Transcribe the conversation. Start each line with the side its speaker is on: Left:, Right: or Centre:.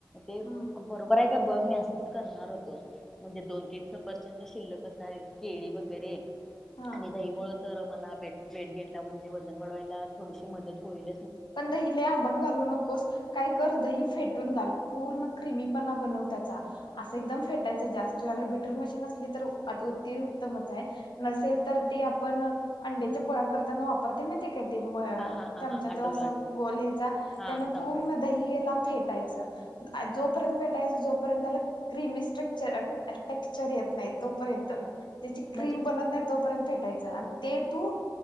Centre: ते
Left: हम्म
Centre: बरोबर आहे. काय बघ नाही असं अस करणार होतो म्हणजे दोन तीन सफरचंद शिल्लकच आहे केळी वगैरे.
Left: हा
Centre: आणि दही मुळ तर मला वे वेट घेणला म्हणजे वजन वाढवायला थोडीशी मदत होईल.
Left: पण दहीले आंबट घालू नकोस काय कर दही फेटून घाल पूर्ण क्रिमीपणा बनव त्याचा असं एकदम फेटायचं जास्त त्याकड बिटर मशीन असली तर उत्तमच आहे. नसेल तर ते आपण अंड्याच्या प करता व वापरते म ते क ते म
Centre: हा हा हा
Left: चमचा
Centre: हा आठवलं
Left: गहेचा
Centre: आठवलं हा
Left: त्याना
Centre: समज
Left: पूर्ण दहीला फेटायचं जोपर्यंत पेटायच जोपर्यंत त्याला क्रिमी स्ट्रेक्चर ट्रेक्चर येत नाही तोपर्यंत ज्याची
Centre: म्हणजे
Left: क्रीम बनत नाही तोपर्यंत फेटायचं आणि ते तू